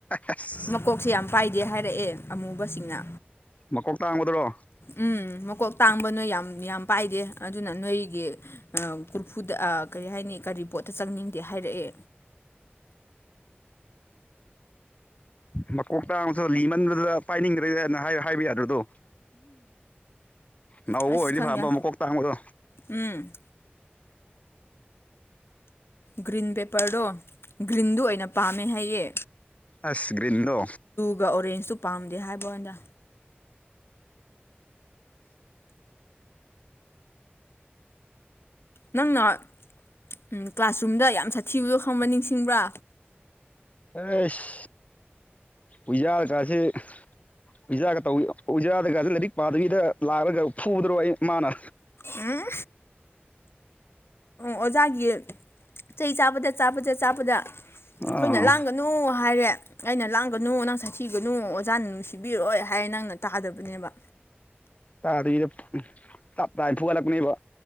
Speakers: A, on the left; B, on the left.
A: ꯑꯁ
B: ꯃꯀꯣꯛꯁꯦ ꯌꯥꯝ ꯄꯥꯏꯗꯦ ꯍꯥꯏꯔꯛꯑꯦ ꯑꯃꯨꯕꯁꯤꯡꯅ
A: ꯃꯀꯣꯛ ꯇꯥꯡꯕꯗꯨꯔꯣ
B: ꯎꯝ ꯃꯀꯣꯛ ꯇꯥꯡꯕ ꯅꯣꯏ ꯌꯥꯝ ꯌꯥꯝ ꯄꯥꯏꯗꯦ ꯑꯗꯨꯅ ꯅꯣꯏꯒꯤ ꯑ ꯀꯣꯔꯐꯨꯗ ꯑ ꯀꯔꯤ ꯍꯥꯏꯅꯤ ꯀꯔꯤ ꯄꯣꯠꯇ ꯆꯪꯅꯤꯡꯗꯦ ꯍꯥꯏꯔꯛꯑꯦ
A: ꯃꯀꯣꯛ ꯇꯥꯡꯕꯗꯣ ꯂꯤꯃꯟꯕꯗꯨꯗ ꯄꯥꯏꯅꯤꯡꯗ꯭ꯔꯦꯗꯅ ꯍꯥꯏꯕ ꯍꯥꯏꯕ ꯌꯥꯗ꯭ꯔꯗꯣ ꯅꯧꯕ
B: ꯑꯁ
A: ꯑꯣꯏꯗꯤ
B: ꯈꯪꯗꯦ
A: ꯐꯥꯕ ꯃꯀꯣꯛ ꯇꯥꯡꯕꯗꯣ
B: ꯎꯝ ꯒ꯭ꯔꯤꯟ ꯄꯦꯄꯔꯗꯣ ꯒ꯭ꯔꯤꯟꯗꯨ ꯑꯣꯏꯅ ꯄꯥꯝꯃꯦ ꯍꯥꯏꯌꯦ
A: ꯑꯁ ꯒ꯭ꯔꯤꯟꯗꯣ
B: ꯑꯗꯨꯒ ꯑꯣꯔꯦꯟꯖꯇꯨ ꯄꯥꯝꯗꯦ ꯍꯥꯏꯕꯋꯅꯦꯗ ꯅꯪꯅ ꯎꯝ ꯀ꯭ꯂꯥꯁꯔꯨꯝꯗ ꯌꯥꯝ ꯁꯥꯊꯤꯕꯗꯣ ꯈꯪꯕ꯭ꯔꯥ ꯅꯤꯡꯁꯤꯡꯕ꯭ꯔꯥ
A: ꯑꯦꯁ ꯎꯌꯥꯥ ꯀꯁꯦ ꯑꯣꯖꯥꯒ ꯇꯧ ꯑꯣꯖꯥꯒꯩꯒꯁꯨ ꯂꯥꯏꯔꯤꯛ ꯄꯥꯗꯕꯤꯗ ꯂꯥꯛꯑꯒ ꯐꯨꯕꯗꯨꯔꯣ ꯑꯩ ꯃꯥꯅ
B: ꯎꯝ ꯑꯣꯖꯥꯒꯤ ꯆꯩ ꯆꯥꯕꯗ ꯆꯥꯕꯗ ꯆꯥꯕꯗ ꯑꯩꯈꯣꯏꯅ
A: ꯑꯥ
B: ꯂꯥꯡꯒ ꯅꯨ ꯍꯥꯏꯔꯦ ꯑꯩꯅ ꯂꯥꯡꯒꯅꯨ ꯅꯪ ꯁꯥꯊꯤꯒꯅꯨ ꯑꯣꯖꯥꯅ ꯅꯨꯡꯁꯤꯕꯤꯔꯣꯏ ꯍꯥꯏꯔꯦ ꯅꯪꯅ ꯇꯥꯗꯕꯅꯦꯕ
A: ꯇꯗꯔꯤꯗ ꯑꯝ ꯇꯝ ꯇꯥꯏ ꯐꯨꯒꯠꯂꯛꯄꯅꯦꯕꯣ